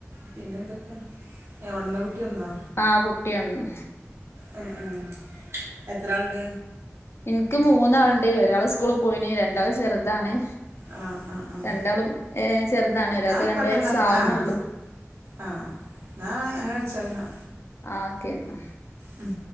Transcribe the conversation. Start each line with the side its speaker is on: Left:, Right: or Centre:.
Right: പിന്നെ എന്തൊക്കെയ ഏഹ് ഒണന്നോ കുട്ടി ഒണന്നോ
Left: ആഹ് കുട്ടി ഒണന്ന്
Right: ഉം ഉം എത്ര ആളുണ്ട്
Left: എനിക്ക് മൂന്നാളുണ്ട് ഒരാള് സ്കൂള് പോയിന് രണ്ടാള് ചെറുതാണ്
Right: ആഹ് ആഹ് ആഹ്
Left: രണ്ടാളും ഏഹ് ചെറുതാണ് ഒരാൾക്ക്
Right: ന്നാ ആയിക്കോട്ടെ
Left: രണ്ടു വയസ്
Right: ന്നാല്
Left: ആവണേ
Right: ആഹ്
Left: ഉള്ളൂ
Right: ആഹ് എന്നാ അങ്ങനെ വെച്ചാളി ഇന്നാ
Left: ആഹ് ഓക്കെ എന്നാ
Right: ഉം